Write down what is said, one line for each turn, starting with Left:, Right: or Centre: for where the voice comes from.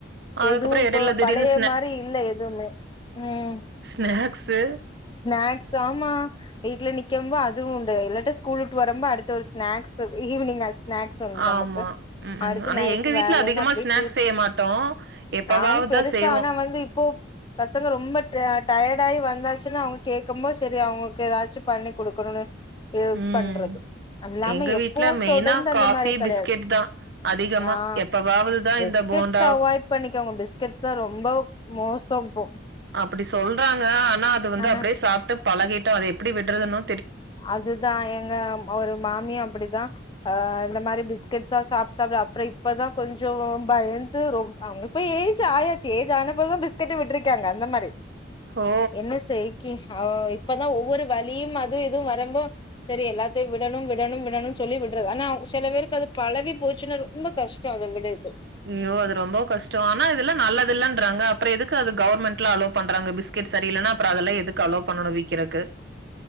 Right: அதுக்கப்புறோ
Left: எதுவு இப்போ
Right: எடையில திடீர்னு
Left: பழைய மாரி இல்ல எதுவுமே ம்
Right: ஸ்நாக்ஸ்ஸு
Left: ஸ்நாக்ஸ்தாமா வீட்ல நிக்கம்போ அதுவு உண்டு இல்லாட்ட ஸ்கூலுட்டு வரம்போ அடுத்த ஒரு ஸ்நாக்ஸ் ஈவ்னிங் ஸ்நாக்ஸ் உண்டு நமக்கு
Right: ஆமா. ம், ம்.
Left: அடுத்து
Right: ஆனா
Left: நைட்டு்
Right: எங்க வீட்ல
Left: வேலைன்னு
Right: அதிகமா
Left: அப்டியே
Right: ஸ்நாக்ஸ்
Left: போயி
Right: செய்ய மாட்டோம். எப்பவாவது
Left: நானு பெருசா
Right: தான் செய்வோம்.
Left: ஆனா வந்து இப்போ பசங்க ரொம்ப டயடா ஆயி வந்தா ச்சுனா அவுங்க கேக்கம்போது செரி அவுங்களுக்கு எதாச்சு பண்ணி குடுக்கணுனு இது
Right: ம்.
Left: பண்றது அல்லாம
Right: எங்க
Left: எப்பவு
Right: வீட்ல மெயினா
Left: தொடர்ந்து அந்த
Right: காஃபி,
Left: மாரி கெடையாது
Right: பிஸ்கெட் தான் அதிகமா.
Left: ஆ
Right: எப்பவாவது தான்
Left: பிஸ்கெட்ஸ்
Right: இந்த போண்டா
Left: அவாய்ட் பண்ணிக்கோங்க பிஸ்கெட்ஸ் தா ரொம்ப மோசொ இப்போ
Right: அப்டி சொல்றாங்க ஆனா அது வந்து
Left: ஆனா
Right: அப்டியே சாப்ட்டு பழகிட்டோ அத எப்டி விட்றதுன்னு
Left: அதுதா எங்க ஒரு மாமி அப்டிதா அ இந்த மாரி பிஸ்கெட்ஸ்ஆ சாப்ட்டு சாப்ட்டு அப்பறொ இப்பதா கொஞ்சொ பயந்து ரொம் அங்க இப்ப எஜ் அயாச்சு ஏஜீ ஆனப்பதா பிஸ்கெட்டு விட்டுருக்காங்க அந்த மாரி
Right: ஓ!
Left: என்ன செய்க்கி அவ் இப்பதா ஒவ்வொரு வழியும் அதுவு இதுவு வரம்ப செரி எல்லாத்தையு விடணும் விடணும் விடணுன்னு சொல்லி விட்றது ஆனா அவ் சில பேருக்கு அது பழவி போச்சுன்னா ரொம்ப கஷ் ச்சு அதவிட இர்க்கு
Right: அய்யோ அது ரொம்ப கஷ்டொ ஆனா அதுல்ல நல்லதுலன்றாங்க அப்ற எதுக்கு அது கவுவர்மெண்ட்ல அலோ பண்றாங்க பிஸ் கெட் சரியில்லன அப்ற அதல எதுக்கு அலோ பண்ணணு வீக்கிறக்கு